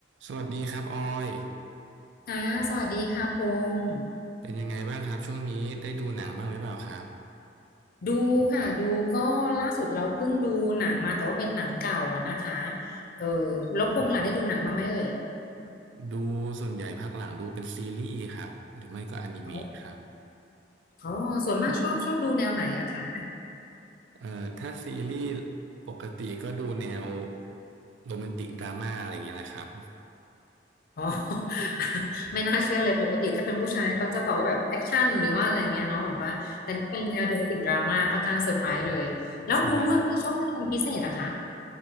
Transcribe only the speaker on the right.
สวัสดีครับออย
เป็นยังไงบ้างครับช่วงนี้ได้ดูหนังบ้างหรือเปล่าครับ
ดูส่วนใหญ่ภาคหลังดูเป็นซีรีส์ครับหรือไม่ก็อนิเมะครับ
เอ่อถ้าซีรีส์ปกติก็ดูแนวโรแมนติกดราม่าอะไรเงี้ยแหละครับ
ใช่ไหม